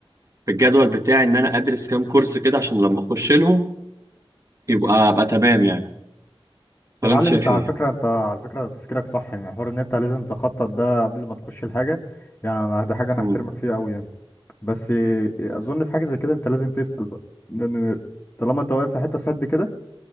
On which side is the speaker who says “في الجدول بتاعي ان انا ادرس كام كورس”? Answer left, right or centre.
Right